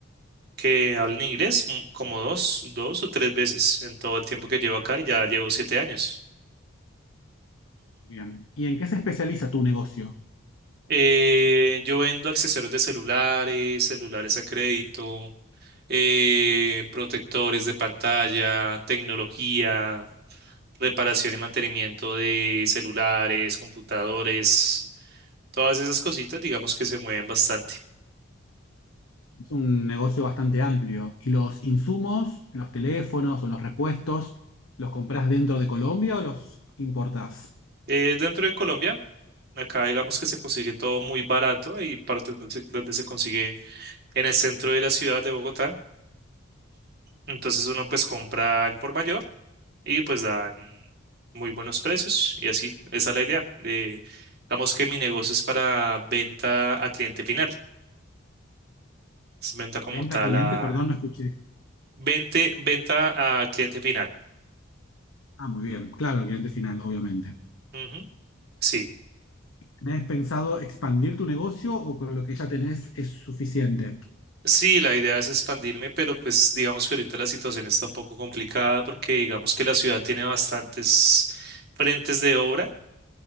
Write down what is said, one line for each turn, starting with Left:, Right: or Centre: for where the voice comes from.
Right: que hablen inglés, mm, como dos, dos o tres veces en todo el tiempo que llevo acá y ya llevo siete años.
Left: Bien. ¿Y en qué se especializa tu negocio?
Right: Eh, yo vendo accesorios de celulares, celulares a crédito, eh, protectores de pantalla, tecnología, reparación y mantenimiento de celulares, computadores, todas esas cositas, digamos que se mueven bastante.
Left: Es un negocio bastante amplio. ¿Y los insumos, los teléfonos o los repuestos, los compras dentro de Colombia o los importás?
Right: Eh, dentro de Colombia. Acá digamos que se consigue todo muy barato, hay partes donde se, donde se consigue en el centro de la ciudad de Bogotá. Entonces uno pues compra al por mayor y pues dan muy buenos precios y así, esa es la idea. De, digamos que mi negocio es para venta a cliente final, es venta como
Left: Venta
Right: tal
Left: a cliente,
Right: a
Left: perdón, no escuché.
Right: vente- venta a cliente final.
Left: Ah, muy bien. Claro, el cliente final, obviamente.
Right: Ujú, Sí.
Left: ¿Tenés pensado expandir tu negocio o con lo que ya tenés es suficiente?
Right: Sí, la idea es expandirme, pero pues digamos que ahorita la situación está un poco complicada porque digamos que la ciudad tiene bastantes frentes de obra.